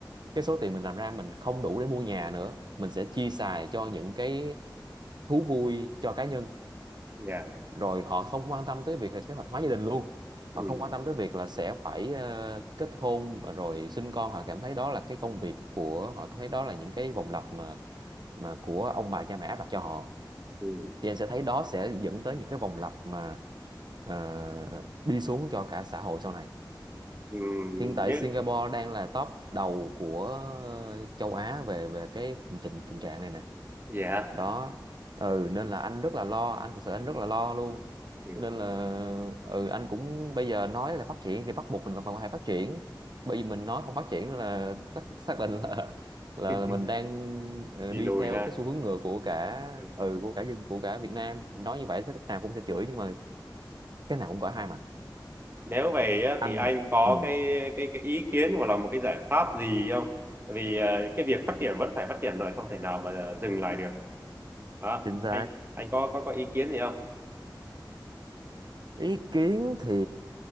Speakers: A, on the right; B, on the right.
A: cái số tiền mình làm ra mình không đủ để mua nhà nữa mình sẽ chia xài cho những cái thú vui cho cá nhân
B: dạ
A: rồi họ không quan tâm tới việc là kế hoạch hóa gia đình luôn
B: ừ
A: họ không quan tâm tới việc là sẽ phải ờ, kết hôn ờ, rồi sinh con họ cảm thấy đó là cái công việc của họ cảm thấy đó là những cái vòng lặp mà mà của ông bà cha mẹ áp đặt cho họ
B: ừ
A: thì anh sẽ thấy đó sẽ dẫn tới những cái vòng lặp mà ờ, đi xuống cho cả xã hội sau này
B: ừ ừ,
A: hiện tại
B: nhớ
A: Singapore đang là top đầu của châu Á về về cái tình tình trạng này nè
B: dạ
A: đó ừ nên là anh rất là lo anh thật sự anh rất là lo luôn
B: ừ
A: nên là ừ anh cũng bây giờ nói là phát triển thì bắt buộc mình phải phải phát triển bởi vì mình nói không phát triển là xác, xác định là, là
B: <laughs>
A: là mình đang ờ,
B: đi
A: đi
B: lùi
A: theo
B: ha
A: cái xu hướng ngược của cả
B: ừ
A: ừ của cả dân của cả Việt Nam nói như vậy thế nào cũng sẽ chửi nhưng mà cái nào cũng có hai mặt
B: nếu vậy á,
A: anh
B: thì anh có
A: ừ
B: cái cái cái ý kiến hoặc là một cái giải pháp gì không? Tại Vì ờ, cái việc phát triển vẫn phải phát triển rồi không thể nào mà ờ, dừng lại được. Đó,
A: chính xác
B: anh anh có có có ý kiến gì không?
A: ý kiến thì